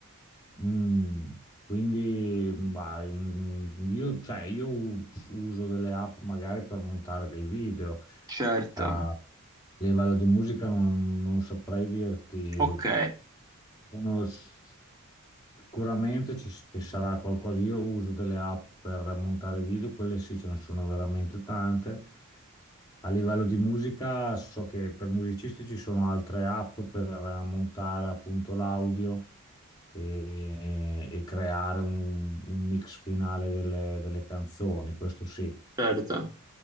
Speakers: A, on the left (about 20°); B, on the right (about 15°).
A: Mm, quindi, ma, mm, io, cioè, io u- uso delle app magari per montare dei video.
B: Certo,
A: A livello di musica non, non saprei dirti.
B: ok,
A: Sono s- sicuramente ci, ci sarà qualcosa. Io uso delle app per montare video, quelle sì, ce ne sono veramente tante. A livello di musica, so che per musicisti ci sono altre app per montare appunto l'audio e, e creare un, un mix finale delle, delle canzoni, questo sì.
B: certo.